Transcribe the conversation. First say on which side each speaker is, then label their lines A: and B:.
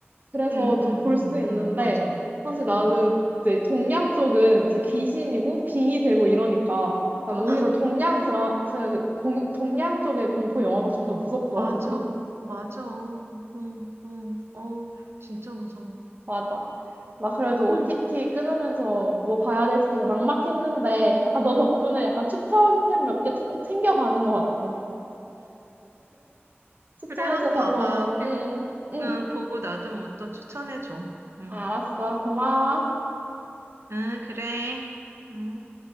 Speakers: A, on the right; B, on the right.
A: 그래서
B: 응,
A: 좀
B: 응,
A: 볼
B: 응,
A: 수 있는데
B: 응, 맞아.
A: 사실 나는
B: 응.
A: 이제 동양 쪽은 이제 귀신이고 빙이 되고 이러니까 난
B: 어,
A: 오히려
B: <laughs>
A: 동양 드라, 드, 공, 동양 쪽의 공포 영화가 좀 더 무섭더라고.
B: 맞아, 맞아. 응, 응, 어, 진짜 무서워.
A: 맞아. 막 그래도 OTT
B: 응.
A: 끊으면서 뭐 봐야 될지 되게 막막했는데 약간 너 덕분에 약간 추천템 몇 개 챙겨가는 것 같아. 추천해줘서
B: 그래, 한번 봐봐.
A: 고마워.
B: 그리고,
A: 응, 응.
B: 응, 보고 나도 뭐 또 추천해줘. 응,
A: 알았어. 고마워.
B: 응, 그래. 응.